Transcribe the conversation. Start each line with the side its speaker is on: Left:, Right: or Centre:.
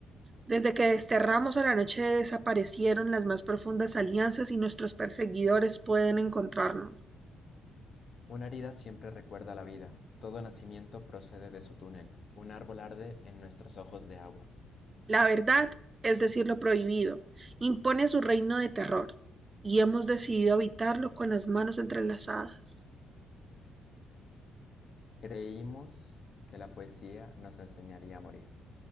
Right: Desde que desterramos a la noche desaparecieron las más profundas alianzas y nuestros perseguidores pueden encontrarnos.
Left: Una herida siempre recuerda la vida. Todo nacimiento procede de su túnel. Un árbol arde en nuestros ojos de agua.
Right: La verdad, es decir, lo prohibido, impone su reino de terror y hemos decidido habitarlo con las manos entrelazadas.
Left: Creímos que la poesía nos enseñaría a morir.